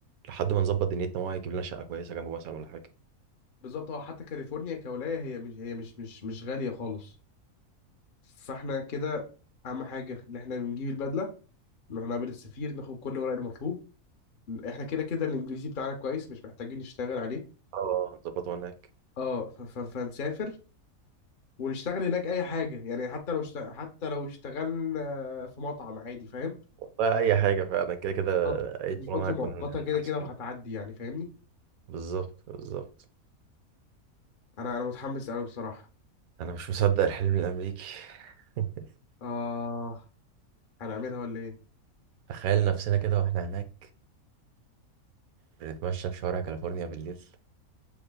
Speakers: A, on the right (about 75°); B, on the left (about 50°).
A: لحد ما نظبط دنيتنا وهو يجيب لنا شقه كويسه جنبه مثلا ولا حاجه
B: بالظبط اه حتى كاليفورنيا كولاية هي مش هي مش مش مش غالية خالص فاحنا كده أهم حاجة إن احنا نجيب البدلة نروح نقابل السفير ناخد كل الورق المطلوب احنا كده كده الانجليزي بتاعنا كويس مش محتاجين نشتغل عليه
A: اه نظبطه هناك
B: اه ف- ف- فنسافر ونشتغل هناك اي حاجه يعني حتى لو اشت... حتى لو اشتغلنا في مطعم عادي فاهم
A: والله اي حاجه فعلا كده كده
B: أو
A: اي
B: دي فتره
A: شغلانه هتكون
B: مؤقته
A: هناك
B: كده
A: احسن
B: كده وهتعدي يعني فاهمني
A: بالظبط بالظبط
B: انا انا متحمس قوي بصراحه
A: انا مش مصدق الحلم الامريكي <laughs>
B: اه هنعملها ولا ايه
A: تخيل نفسنا كده واحنا هناك بنتمشى في شوارع كاليفورنيا بالليل